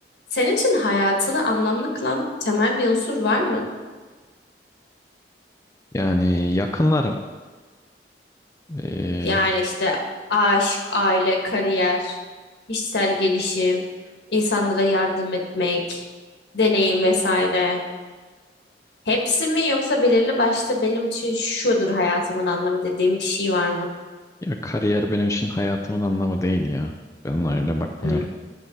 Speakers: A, on the left; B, on the left.
A: Senin için hayatını anlamlı kılan temel bir unsur var mı?
B: Yani yakınlarım. Ee,
A: Yani işte aşk, aile, kariyer, kişisel gelişim, insanlara yardım etmek, deneyim vesaire. Hepsi mi yoksa belirli başlı benim için şudur hayatımın anlamı dediğim bir şey var mı?
B: ya kariyer benim için hayatımın anlamı değil ya. Ben ona öyle bakmıyorum.
A: Hmm.